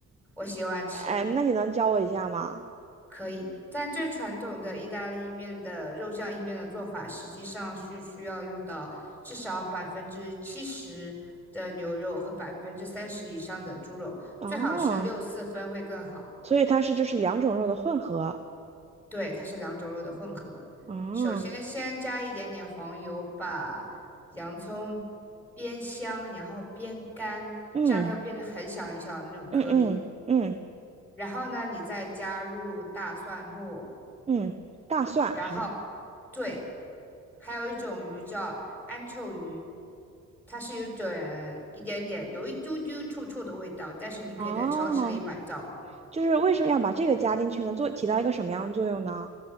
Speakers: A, in the centre; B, on the right (about 20°).
A: 我喜欢吃。
B: 哎，那你能教我一下吗？
A: 可以，但最传统的意大利面的肉酱意面的做法，实际上是需要用到至少百分之七十的牛肉和百分之三十以上的猪肉，
B: 哦，
A: 最好是六四分会更好。
B: 所以它是就是两种肉的混合。
A: 对，它是两种肉的混合。
B: 哦，
A: 首先，先加一点点黄油，把洋葱煸香，然后煸干，
B: 嗯
A: 这样它会变成很小很小的那种颗粒。
B: 嗯嗯嗯
A: 然后呢，你再加入大蒜末。
B: 嗯，大蒜好。
A: 然后对，还有一种鱼叫安臭鱼，它是有种一点点有一丢丢臭臭的味道，但是你可以在超市里买到。
B: 哦，就是为什么要把这个加进去呢？做起到一个什么样的作用呢？